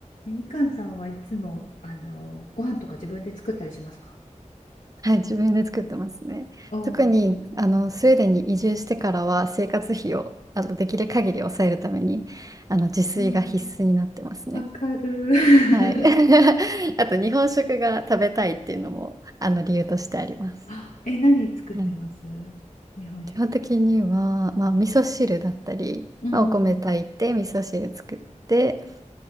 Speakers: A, on the left (about 80°); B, on the right (about 25°).
A: えみかんさんはいつも、あの、ご飯とか自分で作ったりしますか
B: はい、自分で作ってますね。
A: おおー、
B: 特にあのスウェーデンに移住してからは生活費をあのできる限り抑えるためにあの自炊が必須になってますね。
A: うんわかる。<laughs>
B: はい。<laughs> あと日本食が食べたいっていうのもあの理由としてあります。
A: あ、え、何作ってます日本食。
B: はい、基本的には、まあ、味噌汁だったり、
A: うんうん
B: まあ、お米炊いて味噌汁作って